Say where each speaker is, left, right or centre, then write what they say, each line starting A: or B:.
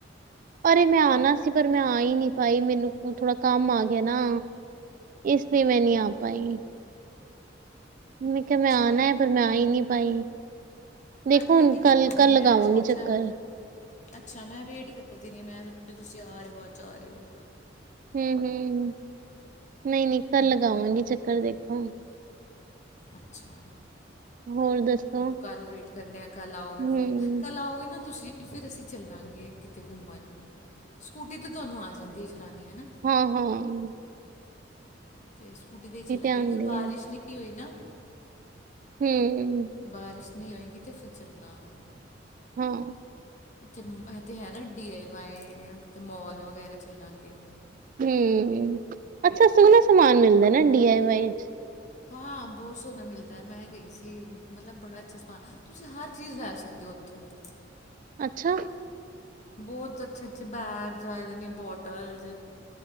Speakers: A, on the right; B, on the left.
A: ਪਰ ਮੈਂ ਆਉਣਾ ਸੀ ਪਰ ਮੈਂ ਆੲਈ ਨੀ ਪਾਈ ਮੈਨੂੰ ਥੋੜਾ ਕੰਮ ਆ ਗਿਆ ਨਾ। ਇਸ ਲਈ ਮੈਂ ਨਹੀਂ ਆ ਪਾਈ। ਮੈਂ ਕਿਹਾ
B: ਅੱਛਾ
A: ਮੈਂ ਆਣਾ ਹੈ ਪਰ ਮੈਂ ਆ ਹੀ ਨਹੀਂ ਪਾਈ। ਦੇਖੋ
B: ਮੈਂ ਵੇਟ
A: ਹੁਣ
B: ਹੀ ਕਰਦੀ
A: ਕੱਲ,
B: ਰਹੀ
A: ਕੱਲ ਲਗਾਵਾਂਗੀ
B: ਮੈਂ ਸੋਚਿਆ
A: ਚੱਕਰ
B: ਅੱਛਾ ਮੈਂ ਵੇਟ ਹੀ ਕਰਦੀ ਰਹੀ, ਮੈਂ ਸੋਚਿਆ ਰੇ ਤੁਸੀਂ ਆ ਰਹੇ ਹੋ ਅੱਜ ਆ ਰਹੇ ਹੋ
A: ਹਮ ਹਮ, ਨਹੀਂ ਨਹੀਂ ਕਲ
B: ਹੂੰ
A: ਲਗਾਵਾਂਗੀ ਚੱਕਰ ਦੇਖੋ-
B: ਅੱਛਾ
A: ਹੋਰ ਦੱਸੋ
B: ਚਲੋ ਕੱਲ ਵੇਟ ਕਰਨੇ ਆ ਕੱਲ ਆਓਗੇ
A: ਹੂੰ
B: ਫਿਰ, ਕੱਲ ਆਓਗੇ ਨਾ ਤੁਸੀਂ ਫਿਰ ਅਸੀਂ ਚੱਲਾਂਗੇ ਕਿਤੇ ਘੁੰਮਣ, ਸਕੂਟੀ ਤਾਂ ਤੁਹਾਨੂੰ ਆ ਜਾਂਦੀ ਹੈ ਚਲਾਉਣੀ, ਹੈ ਨਾ
A: ਹਮ ਹਮ-
B: ਅਤੇ ਸਕੂਟੀ 'ਤੇ ਹੀ ਚੱਲਾਂਗੇ
A: ਆਉਂਦੀ
B: ਅਗਰ ਬਾਰਿਸ਼
A: ਹੈ
B: ਨਹੀਂ ਹੋ ਨਾ
A: ਹਮ
B: ਬਾਰਿਸ਼ ਨਹੀਂ ਹੋਏਗੀ ਤਾਂ ਫਿਰ ਚੱਲਾਗੇਂ-
A: ਹਾਂ
B: ਇਹਥ ਹੈ ਨਾ ਡੀ ਆਏ ਵਏ ਜਾਂ ਕਿਤੇ ਮੋਲ ਵਗੈਰਾ ਚੱਲਾਂਗੇ
A: ਹਮ, ਅੱਛਾ ਸੋਹਣਾ ਸਮਾਨ ਮਿਲਦਾ ਨਾ ਡੀਆਈਵਾਏ ਚ।
B: ਹਾਂ ਬਹੁਤ ਸੋਹਣਾ ਮਿਲਦਾ ਮੈਂ ਗਈ ਸੀ, ਮਤਲਬ ਬੜਾ ਅੱਛਾ ਸਮਾਨ ਤੁਸੀਂ ਹਰ ਚੀਜ਼ ਲੈ ਸਕਦੇ ਹੋ ਉੱਥੋਂ।
A: ਅੱਛਾ।
B: ਬਹੁਤ ਅੱਛੇ ਅੱਛੇ ਬੈਗਸ ਆਏ ਦੇ ਨੇ ਬੋਟਲਸ